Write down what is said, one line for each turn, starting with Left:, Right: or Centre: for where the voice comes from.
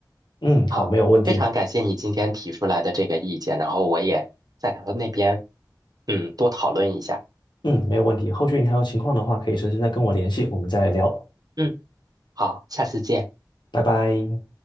Left: 嗯，好，
Right: 好，
Left: 没有问题。
Right: 非常感谢你今天提出来的这个意见，然后我也在他们那边嗯多讨论一下。
Left: 嗯，没有问题。后续你还有情况的话，可以随时再跟我联系，我们再聊。
Right: 嗯，好，下次见。
Left: 拜拜。